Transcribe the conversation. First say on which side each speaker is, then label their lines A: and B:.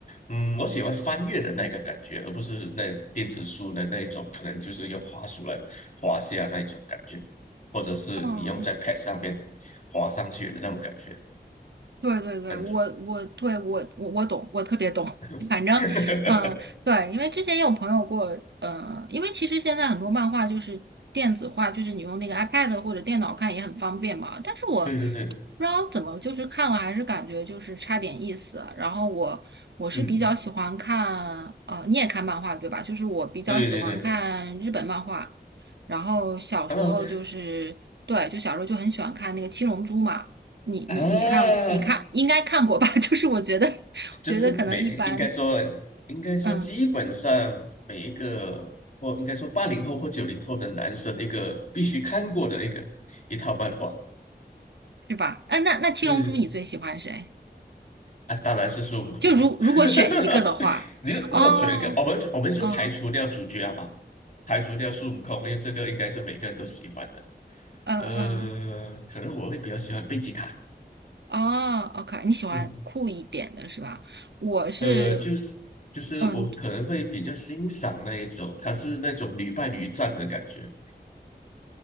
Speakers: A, on the left; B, on the right.
A: 嗯，我喜欢翻阅的那个感觉，而不是那电子书的那一种，可能就是用滑鼠来滑下那一种感觉，或者是你用在
B: 哦
A: Pad 上面滑上去的那种感觉，
B: 对对对，
A: 感觉，
B: 我我对我我我懂，我特别懂。
A: <laughs>
B: <laughs> 反正，嗯，对，因为之前也有朋友过，呃，因为其实现在很多漫画就是电子化，就是你用那个 iPad 或者电脑看也很方便嘛。但是我
A: 对对对，
B: 不知道怎么，就是看了还是感觉就是差点意思。然后我我是比较喜欢看，
A: 嗯，
B: 呃，你也看漫画对吧？就是我比较喜欢看日本漫画，
A: 对对对，
B: 然后小时候就是对，
A: 然后
B: 就小时候就很喜欢看那个《七龙珠》嘛。你你你看过，
A: 啊。
B: 你看应该看过吧？<laughs> 就是我觉得，我觉得可能一般，
A: 就是每应该说应该说基本上每一个或应该说八零后或九零后的男生一个必须看过的一个一套漫画，
B: 嗯，是吧？嗯，那那七龙珠你最喜欢谁？
A: 对啊，当然是孙悟空喽。
B: 就如如果选一个的话，
A: <laughs> 你如果选一个，
B: 哦，
A: 我们就我们就排除掉主角好不好？
B: 哦，
A: 排除掉孙悟空，因为这个应该是每个人都喜欢的。
B: 嗯嗯，
A: 呃，可能我会比较喜欢贝吉塔，
B: 哦，OK，你喜欢酷一点的是吧？
A: 嗯，
B: 我是，
A: 呃，就是就是我可能会比较欣赏那一种，
B: 嗯，
A: 他是那种屡败屡战的感觉。